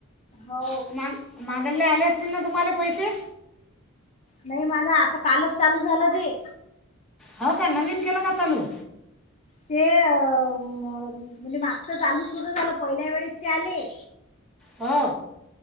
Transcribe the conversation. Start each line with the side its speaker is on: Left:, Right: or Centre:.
Left: हो
Centre: मग. मागल्ले आले असतील ना तुम्हाले पैसे?
Left: नाही माझा आता कालच चालू झाल ते.
Centre: हो का नवीन केल का चालू?
Left: ते अ म्हणजे मागचे चालूच नव्हत झाल पहिल्या वेळेस चे आले.
Centre: हो